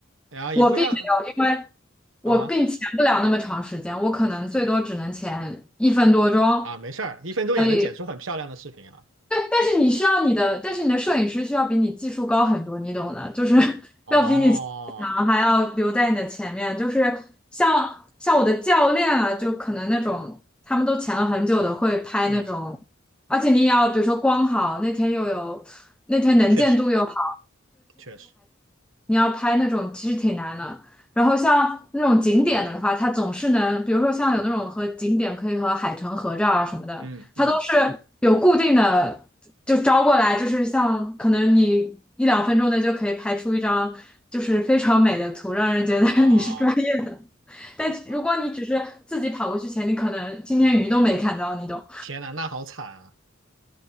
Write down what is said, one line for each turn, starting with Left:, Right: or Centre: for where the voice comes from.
Right: 然后也不像
Centre: 我并没有，因为我并潜不了那么长时间，
Right: 啊
Centre: 我可能最多只能潜一分多钟。
Right: 啊，没事儿，一分钟也能剪出很漂亮的视频啊。
Centre: 所以对，但是你需要你的，但是你的摄影师需要比你技术高很多，你懂的，就是 <laughs>
Right: 哦，
Centre: 要比你强，还要留在你的前面。就是像像我的教练啊，就可能那种他们都潜了很久的，会拍那种，
Right: 嗯，
Centre: 而且你也要比如说光好，那天又有那天能见度又好。
Right: 确实确实。
Centre: 你要拍那种其实挺难的。然后像那种景点的话，它总是能，比如说像有那种和景点可以和海豚合照啊什么的，
Right: 嗯嗯，
Centre: 它都是有固定的，就招过来，就是像可能你一两分钟内就可以拍出一张就是非常美的图，让人觉得
Right: 哦
Centre: <laughs> 你是专业的。<laughs> 但如果你只是自己跑过去前，
Right: 啊，
Centre: 你可能今天鱼都没看到，你懂？
Right: 天呐，那好惨啊！